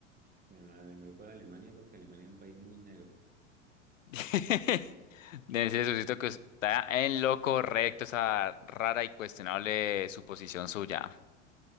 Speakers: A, on the right (about 25°); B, on the left (about 85°).
A: Mi madre, me voy por Alemania porque Alemania es un país muy negro.
B: <laughs> Debe ser, socito, que está en lo correcto esa rara y cuestionable suposición suya.